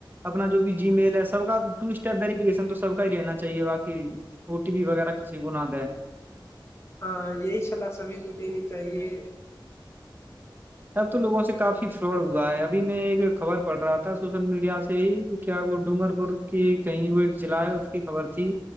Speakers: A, on the right; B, on the left.
A: اپنا جو بھی جی میل ہے سب کا ٹو اسٹیپ ویریفکیشن تو سب کا ہی رہنا چاہیے باقی او ٹی پی وغیرہ کسی کو نہ دیں
B: ہاں یہی صلاح سبھی کو دینی چاہیے
A: اب تو لوگوں سے کافی فراڈ ہوا ہے ابھی میں ایک خبر پڑ رہا تھا سوشل میڈیا سے ہی کیا وہ ڈونگگر پور کی کہیں وہ ایک جضلع ہے اس کی خبر تھی